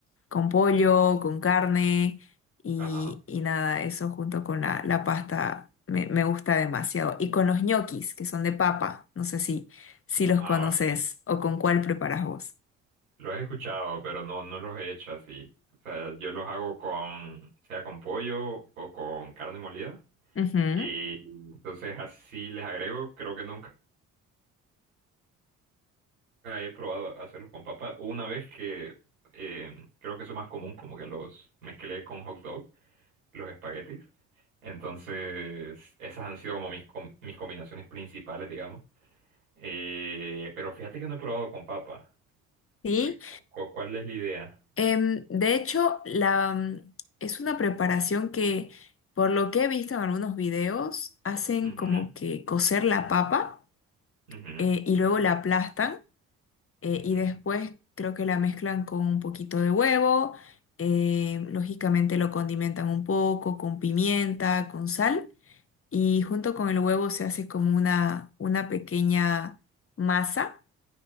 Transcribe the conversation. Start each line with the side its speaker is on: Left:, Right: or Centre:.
Left: con pollo, con carne y,
Right: Ajá.
Left: y nada, eso junto con la, la pasta me, me gusta demasiado. Y con los ñoquis, que son de papa, no sé si, si los
Right: Ah,
Left: conoces
Right: ok.
Left: o con cuál preparas vos.
Right: Los he escuchado, pero no, no los he hecho así. O sea, yo los hago con, sea con pollo o con carne molida.
Left: Ujú,
Right: Y entonces así les agrego, creo que nunca he probado hacerlos con papa. Una vez que eh, creo que eso es más común, como que los mezclé con hot dog. los espaguetis. Entonces, esas han sido como mis, com- mis combinaciones principales, digamos. Eh, pero fíjate que no he probado con papa.
Left: Sí,
Right: Eh, cu- cu- ¿Cuál es la idea?
Left: Em, de hecho, la, mm, es una preparación que, por lo que he visto en algunos videos, hacen
Right: Ujú,
Left: como que cocer la papa
Right: ujú,
Left: eh, y luego la aplastan eh,
Right: ujú.
Left: y después creo que la mezclan con un poquito de huevo, eh, lógicamente lo condimentan un poco con pimienta, con sal y junto con el huevo se hace como una, una pequeña masa